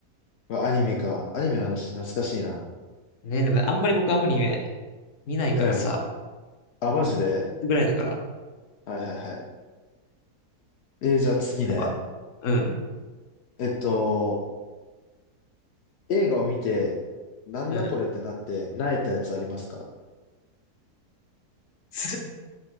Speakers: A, on the left; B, on the left.
A: うわ、アニメか。アニメの話懐かしいな。
B: ね、でもあんまり僕あんまりね、見ないからさ、
A: うん。あ、マジで
B: ワンピースぐらいだから、
A: はいはいはい。えーじゃあ次ね。
B: 見たことあるうん、
A: えっと、映画を見て、なんだこれってなって、
B: うん。
A: 萎えたやつありますか
B: <laughs> す